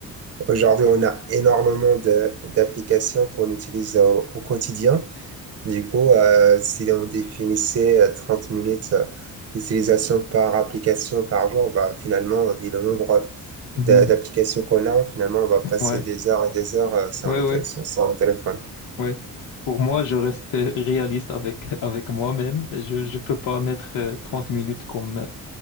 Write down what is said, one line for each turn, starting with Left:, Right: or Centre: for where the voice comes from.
Right: aujourd'hui <laughs> on a énormément de d'applications qu'on utilise au, au quotidien, du coup euh, si on définissait euh, 30 minutes euh, d'utilisation par application par jour, bah finalement vu le nombre
Left: mhm,
Right: d'a- d'applications qu'on a, finalement on va passer
Left: ouais,
Right: des heures et des heures euh, sur
Left: ouais,
Right: notre
Left: ouais,
Right: sur sur nos téléphones.
Left: ouais. Pour moi, je reste réaliste avec, <laughs> avec moi-même. Je je peux pas mettre euh, 30 minutes comme,